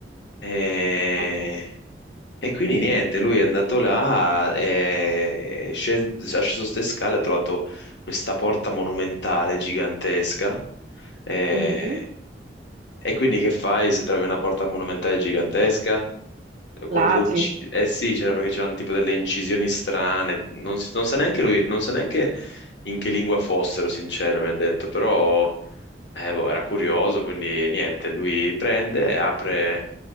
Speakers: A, on the left; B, on the right.
A: E
B: ok.
A: E quindi niente, lui è andato là, eh, è sceso, è sceso ste scale, ha trovato questa porta monumentale gigantesca. eh,
B: Mhm,
A: E, quindi che fai se trovi una porta monumentale gigantesca? eh, Con
B: La
A: delle
B: apri.
A: incisioni, eh sì, c'era perché c'erano tipo delle incisioni strane, non, si- non sa neanche lui, non sa neanche in che lingua fossero, sincero, mi ha detto, però eh, boh, era curioso, quindi niente, lui prende, apre,